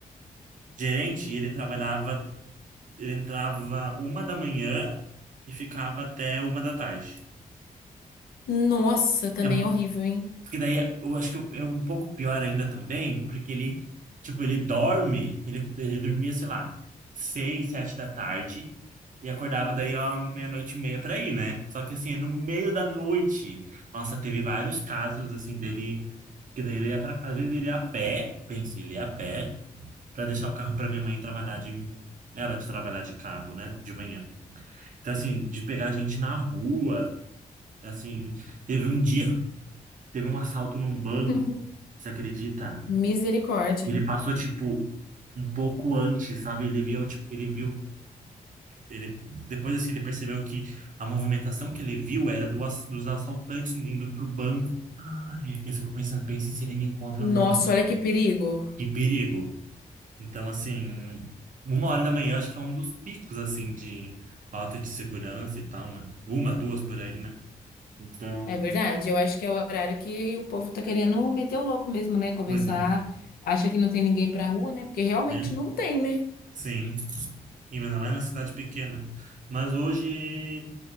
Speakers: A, on the right; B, on the left.
A: gerente, e ele trabalhava, ele entrava uma da manhã e ficava até uma da tarde.
B: Nossa, também
A: É,
B: horrível, hein?
A: porque daí, é- eu acho que é um pouco pior ainda também, porque ele, tipo, ele dorme, ele, ele dormia, sei lá, seis, sete da tarde, E acordava daí, ó, meia-noite e meia pra ir, né? Só que assim, é no meio da noite. Nossa, teve vários casos, assim, dele. Que daí ele ia pra... Às vezes ele ia a pé, pense, ele ia a pé, pra deixar o carro pra minha mãe trabalhar de... Ela de trabalhar de carro, né? De manhã. Então, assim, de pegar gente na rua, assim... Teve um dia, teve um assalto num banco,
B: <laughs>
A: você acredita?
B: Misericórdia.
A: Ele passou, tipo, um pouco antes, sabe? Ele viu, tipo, ele viu Ele, depois, assim, ele percebeu que a movimentação que ele viu era do, ass- dos assaltantes indo pro banco. Ai, eu fico pensando, pense se ele me encontra
B: Nossa,
A: no meio.
B: olha
A: né?
B: que perigo.
A: Que perigo. Então, assim, um, uma hora da manhã, eu acho que é um dos picos, assim, de falta de segurança e tal, né? Uma, duas por aí, né? Então,
B: É verdade, eu acho que é o horário que o povo tá querendo meter o louco mesmo, né? Começar,
A: pois é.
B: acha que não tem ninguém pra rua, né? Porque realmente
A: né?
B: não tem, né?
A: Sim. E ainda mais numa cidade pequena. Mas hoje...